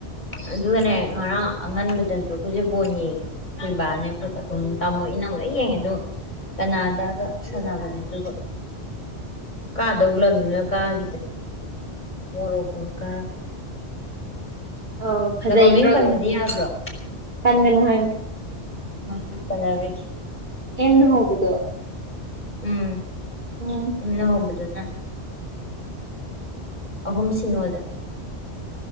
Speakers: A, on the left (about 40°); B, on the right (about 45°).
A: ꯑꯗꯨꯒꯅꯦ ꯉꯔꯥꯡ ꯑꯉꯟꯕꯗꯁꯨ ꯑꯩꯈꯣꯏꯁꯦ ꯕꯣꯟ ꯌꯦꯡꯉꯦꯕ ꯑꯩꯈꯣꯏ ꯕꯥꯅꯦ ꯑꯩꯈꯣꯏ ꯇꯥꯝꯃꯣ ꯏꯅꯝꯃ ꯂꯣꯏ ꯌꯦꯡꯉꯦ ꯗꯣ ꯀꯅꯥꯗꯒ ꯁꯥꯟꯅꯕꯅꯦ <inaudible> ꯀꯗꯧ ꯂꯝꯗꯨꯅ ꯀꯒꯤꯗ꯭ꯔꯦ ꯃꯣꯔꯣ ꯀꯣ ꯅ ꯀꯒ꯭ꯔꯦ
B: ꯑꯧ ꯐꯖꯩꯗ꯭ꯔꯣ
A: ꯂꯝ ꯃꯃꯤꯡ
B: ꯑꯗꯨꯝ
A: ꯄꯟꯕꯗꯤ ꯌꯥꯕ꯭ꯔꯣ
B: ꯀꯟꯒꯅꯨ ꯍꯥꯏ
A: <unintelligible>
B: ꯌꯦꯅꯅ ꯍꯧꯕꯗꯣ
A: ꯎꯝ
B: ꯎꯝ
A: ꯎꯝꯅ ꯍꯣꯡꯕꯗꯨꯅ ꯑꯍꯨꯝ ꯁꯤꯅꯣꯗ